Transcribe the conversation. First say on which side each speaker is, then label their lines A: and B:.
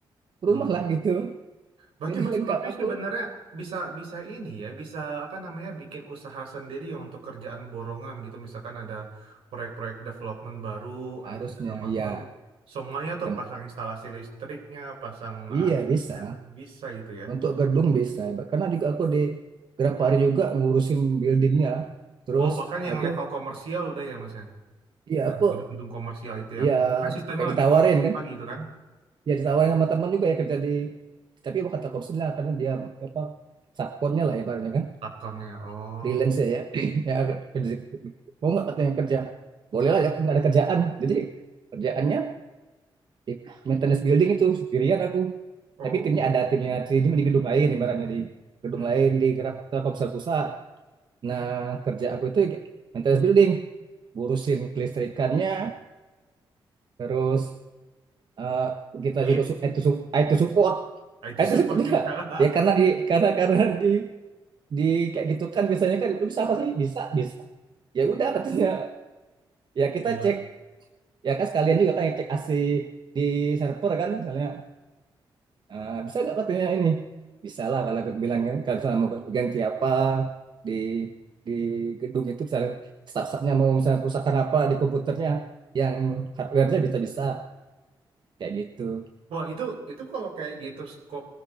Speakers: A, on the right; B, on the right.
A: betul.
B: rumah lah gitu
A: Berarti
B: jadi
A: Mas
B: lengkap
A: Nofri
B: aku
A: sebenarnya bisa bisa ini ya, bisa apa namanya bikin usaha sendiri untuk kerjaan borongan gitu. Misalkan ada proyek-proyek development baru, nanti
B: harusnya
A: ada rumah
B: ya
A: baru, semuanya tuh
B: Tem-
A: pasang instalasi listriknya, pasang
B: iya
A: AC-nya,
B: bisa
A: sem- bisa itu ya.
B: Untuk gedung bisa, karena juga aku di Grapari juga ngurusin buildingnya. Terus
A: Oh bahkan
B: aku,
A: yang level komersial udah ya Mas ya,
B: ya
A: yang
B: aku,
A: gedung-gedung komersial itu yang
B: ya
A: kan sistemnya
B: kayak
A: lebih
B: ditawarin
A: kompleks
B: kan,
A: lagi itu kan,
B: ya ditawarin sama teman juga ya kerja di, tapi bukan kata Kopsen lah, karena dia apa subkonnya lah ibaratnya kan,
A: subkonnya. Oh,
B: freelance ya, <clears throat> ya kerja, mau nggak katanya kerja, boleh lah, ya, aku nggak ada kerjaan, jadi kerjaannya di maintenance building itu sendirian aku,
A: oh
B: tapi timnya
A: gitu.
B: ada timnya, timnya di gedung lain ibaratnya di gedung
A: <laughs>
B: lain di Grab- Telkomsel pusat Nah, kerja aku itu maintenance building, ngurusin kelistrikannya, terus eh, kita
A: Lift,
B: juga su- IT, su- IT support,
A: IT
B: IT
A: support
B: support
A: juga.
B: juga. Ya karena di karena karena di di kayak gitu kan biasanya kan lu bisa apa sih? Bisa, bisa. Ya udah katanya. Ya kita
A: <laughs> Gila.
B: cek, ya kan sekalian juga kan yang cek AC di server kan misalnya Ah, bisa nggak katanya ini? Bisa lah kalau aku bilang kan. Kalau misalnya mau ganti apa di di gedung itu misalnya staff nya mau misalnya perusahaan apa di komputernya yang hardware-nya bisa bisa kayak gitu.
A: Wah, itu itu kalau kayak gitu skop